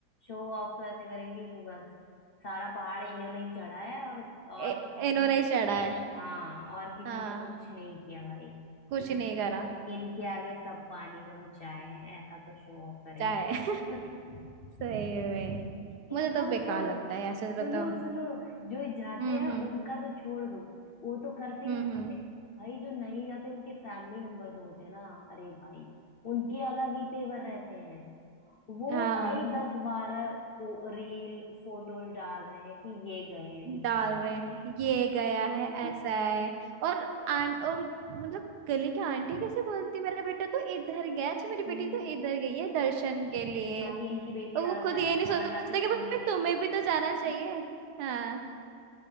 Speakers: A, on the left; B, on the right.
A: शो ऑफ तो ऐसे करेंगे कि बस सारा पहाड़ इन्होंने ही चढ़ा है और और
B: ए-
A: तो किसी
B: इन्होंने
A: ने
B: ही चढ़ा है
A: हाँ और किसी
B: हाँ
A: ने कुछ नहीं किया भाई
B: कुछ
A: इन
B: नहीं करा
A: इनके आगे सब पानी कम चाय है ऐसा तो शो ऑफ करेंगे
B: चाहे
A: <laughs>
B: सही में
A: इनका
B: मुझे तो
A: तो
B: बेकार
A: छोड़ो
B: लगता है ऐसे बताओ
A: सुनो सुनो जो जाते
B: हम्म
A: हैं
B: हम्म
A: उनका तो छोड़ दो वो तो करते ही
B: हम्म
A: करते
B: हम्म
A: हैं। भाई जो नहीं जाते उनके फैमिली मेंबर जो होते हैं ना अरे भाई उनके अलग ही तेवर रहते हैं वो
B: हाँ
A: भाई दस बारह फो, रील फोटोज डाल रहे हैं कि ये गए हैं दिखा
B: डाल रहे
A: रहे
B: हैं
A: हैं
B: ये गया है
A: <laughs>
B: ऐसा है और आं और मतलब गली की आंटी कैसे बोलती है मेरा बेटा तो इधर गया अच्छा मेरी बेटी
A: हम्म
B: तो इधर गई है दर्शन के लिए
A: बाकी इनकी बेटियां
B: और वो
A: रात
B: खुद
A: रात
B: ये
A: को
B: नहीं सोचते
A: कहाँ जाती हैं
B: कि भाई
A: वो नहीं
B: तुम्हें भी तो जाना
A: देखती
B: चाहिए हाँ